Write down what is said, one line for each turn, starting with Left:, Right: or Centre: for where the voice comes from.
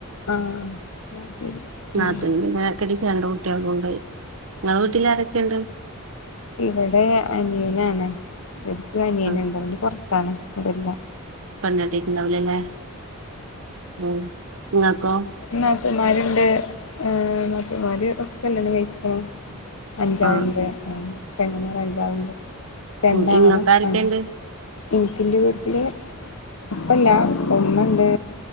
Left: ആഹ് ആഹ് ശരി
Right: നാത്തൂനിം
Left: ഉം
Right: പിന്നെ കെട്ടിച്ച് രണ്ട് കുട്ട്യാളുണ്ട് ഇങ്ങളെ വീട്ടില് ആരൊക്കെണ്ട്
Left: ഇവടെ അനിയനാണ് ഇവലക്ക് അനിയന്ണ്ട്
Right: ആ
Left: അവന് പൊറ്ത്താണ് ഇവടെ ഇല്ല
Right: പെണ്ണെട്ടീട്ട് ഇണ്ടാവുല്ലല്ലേ ഉം ഇങ്ങക്കോ
Left: നാത്തൂന്മാര്ണ്ട് ഏഹ് നാത്തൂന്മാര് ഒ കല്യാണം കഴിച്ച്ക്ക്ണു അഞ്ചാളുണ്ട്
Right: ആ
Left: ആഹ് പെങ്ങമാര് അഞ്ചാളുണ്ട് രണ്ടാണും
Right: ഉം ഇങ്ങക്ക് ആരൊക്കെയുണ്ട്
Left: അഞ്ച് ഇന്‌ക്ക് ഇന്റെ വീട്ടില് ഇപ്പല്ല ഉമ്മണ്ട്